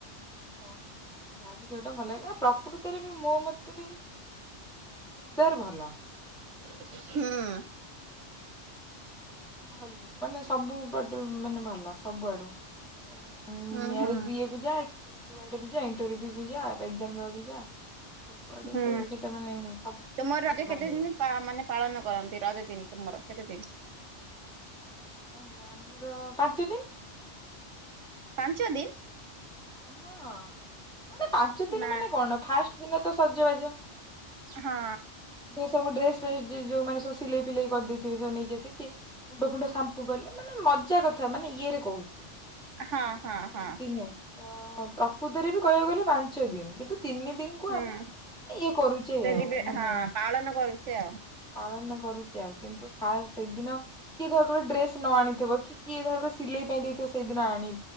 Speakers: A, in the centre; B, on the right.
A: ଙ୍କକରିବା ହଁ ଯାହାକୁ ଯଉଟା ଭଲଲାଗିଲା ପ୍ରକୃତିରେବି ମୋମତରେବି ଚୁଡଦାର ଭଲ।
B: <unintelligible> ହୁଁ
A: ପୁରା ଭଲ ମାନେ ସବୁପଟରୁ ମାନେ ଭଲ ସବୁଆଡୁ। ଏ
B: ହୁଁ
A: ମ୍ୟାରେଜ୍
B: ହୁଁ
A: ଇଏକୁ ଯା କି ଯୁଆଡେବିଯା ଇଣ୍ଟରର୍ଭ୍ୟୁକୁଯା ଏକ୍ଜାମଦବାକୁ ଯା ସବୁ ଆଡକୁ
B: ହୁଁ
A: ସେଇଟା ମାନେ ସବୁ
B: ତୁମରଜ
A: ଭଲ ମାନିବ
B: କେତେଦିନି ପା ମାନେ ପାଳନ କରନ୍ତି ରଜଦିନି। ତୁମର କେତେଦିନ
A: ଉ ଆମର ପାଞ୍ଚ ଦିନ।
B: ପାଞ୍ଚ ଦିନ।
A: ହଁ। ମାନେ ପାଞ୍ଚଦିନ
B: ନା
A: ମାନେକଣ ଫାଷ୍ଟ ଦିନତସଜବାଜ
B: ହଁ।
A: ସବୁ ଡ୍ରେସଫ୍ରେସ ଜି ଯୋଉମାନେ ସବୁ ସିଲେଇଫିଲେଇ କରଦେଇଥିବେ ସେ ନେଇକିଆସେ କି ମୁଣ୍ଡଫୁଣ୍ଡ ସାମ୍ପୁ କଲେ ମାନେ ମଜା କଥା ମାନେ ଇଏରେ କହୁଚି। ହେଲା
B: ହଁ ହଁ
A: ମାନେ
B: ହଁ
A: ଏମିତିନିଅ ତ ପ୍ରକୃତରେ ବି କହିବାକୁ ଗଲେ ପାଞ୍ଚ ଦିନ କିନ୍ତୁ ତିନି ଦିନକୁ
B: ହୁଁ
A: ଆମେ ଇଏ କରୁଛେ
B: ସେଲିବ୍ରେ
A: ଆଉ ମାନେ
B: ହଁ ପାଳନ କରୁଛେ ଆଉ
A: ପାଳନ କରୁଛି ଆଉ କିନ୍ତୁ ଫାଷ୍ଟ ସେଇଦିନ କିଏ ଧରକାରର ଡ୍ରେସ ନ ଆଣିଥିବ କି କିଏ ଧରକାର ସିଲେଇ ପାଇଁ ଦେଇଥିବ ସେଦିନ ଆଣି